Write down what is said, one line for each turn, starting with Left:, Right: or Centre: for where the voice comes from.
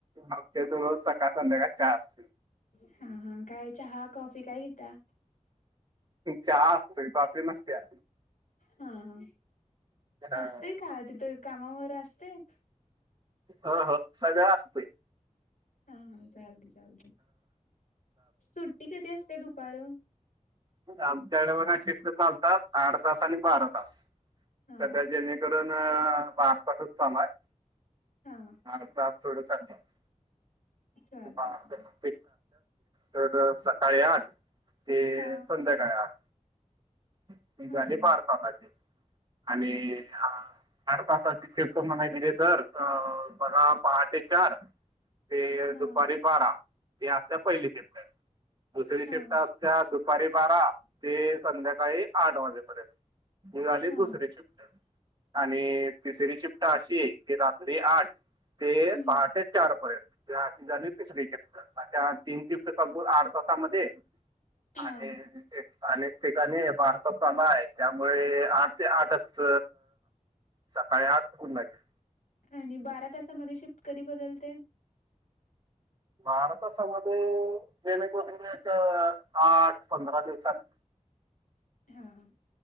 Right: हफ्त्यातून रोज सकाळ संध्याकाळ चहा असते.
Left: हा हा काय चहा कॉफी काय घिता?
Right: चहा असतय कॉफी नसतिया
Left: हा हा
Right: अं,
Left: असतेय का तिथं कामावर असतय.
Right: हो हो सगळं असतय.
Left: हा हा चालते चालते. सुट्टी कधी असते दुपारु
Right: बघा आमच्याकडे बघा शिफ्ट चालतात आठ तास आणि बारा तास.
Left: हा
Right: सध्या जेणे करून बारा तासच काम आहे.
Left: हा.
Right: बारा तास <unintelligible>
Left: चालते
Right: <unintelligible>
Left: चालते
Right: तर सकाळी आठ ते
Left: हा
Right: संध्याकाळी आठ. ती झाली
Left: हा हा
Right: बारा तासाची आणि
Left: हम्म
Right: आणि चार तसाची शिफ्ट म्हणाय गेली तर अह बघा पहाटे चार ते
Left: हा
Right: दुपारी बारा ते असत पहिली शिफ्ट. दुसरी
Left: हा
Right: शिफ्ट असत्या दुपारी बारा ते संध्याकाळी आठ वाजेपर्यंत. ही झाली
Left: हा
Right: दुसरी शिफ्ट. आणि तिसरी शिफ्ट अशी की रात्री आठ ते
Left: हम्म
Right: पहाटे चार पर्यंत झा झाली तिसरी शिफ्ट अश्या तीन तिफ्ट संपवून आठ तासामध्ये
Left: हा
Right: आणि अनेक ठिकाणी भारताचा <unintelligible> त्यामुळे आठ ते आठच सकाळी आठ <unintelligible>
Left: आणि बारा तासामध्ये शिफ्ट कधी बदलते?
Right: बारा तासा मध्ये <unintelligible> आठ पंधरा दिवसाने
Left: हा हा